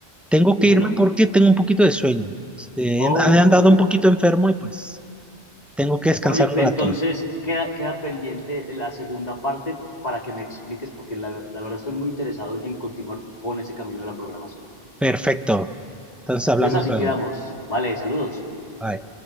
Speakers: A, in the centre; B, on the left (about 40°).
A: tengo
B: dímelo.
A: que irme porque tengo un poquito de sueño. Este,
B: Ok.
A: he he andado un poquito enfermo y pues tengo que descansar
B: Oye, pe-
A: un rato.
B: entonces queda, queda pendiente la segunda parte para que me expliques, porque la, ver- la verdad estoy muy interesado en continuar con ese camino de la programación.
A: Perfecto. Entonces hablamos
B: Entonces así
A: luego.
B: quedamos. Vale, saludos.
A: Bye.